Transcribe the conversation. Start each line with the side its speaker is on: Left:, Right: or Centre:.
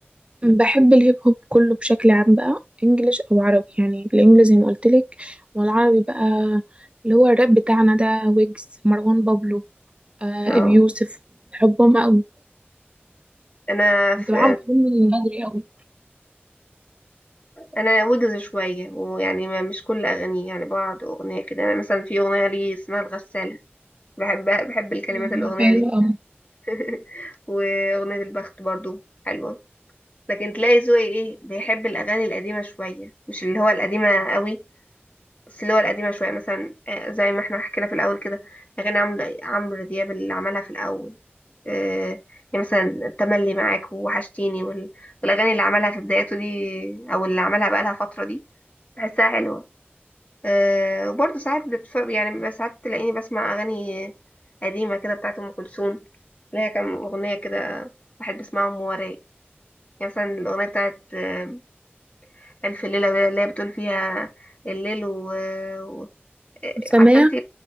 Right: بحب الهيب هوب كله بشكل عام بقى انجليش او عربي يعني بالانجليزي زي ما قلت لك والعربي بقى اللي هو الراب بتاعنا ده ويجز مروان بابلو آه
Left: اه
Right: ابي يوسف بحبهم قوي
Left: انا في
Right: متابعهم كلهم من بدري قوي
Left: انا ويجز شويه ويعني ما مش كل اغانيه يعني بعض اغنيه كده انا مثلا في اغنيه لي اسمها الغساله بحبها بحب الكلمات
Right: آه،
Left: الاغنيه
Right: حلو
Left: دي
Right: قوي
Left: <laughs> واغنيه البخت برضو حلوه لكن تلاقي ذوقي ايه بيحب الاغاني القديمه شويه مش اللي هو القديمه قوي بس اللي هو القديمة شوية مثلا آه، زي ما احنا حكينا في الأول كده أغاني عمرو عمرو دياب اللي عملها في الأول آه، يعني مثلا تملي معاك ووحشتيني وال- والأغاني اللي عملها في بداياته دي أو اللي عملها بقالها فترة دي بحسها حلوة آه، وبرضه ساعات بتف... يعني بيبقى ساعات تلاقيني بسمع أغاني قديمة كده بتاعت أم كلثوم اللي هي كام أغنية كده بحب أسمعهم وراي يعني مثلا الأغنية بتاعت آه، ألف ليلة وليلة اللي هي بتقول فيها الليل و... آه،
Right: وسمية
Left: عارفه انت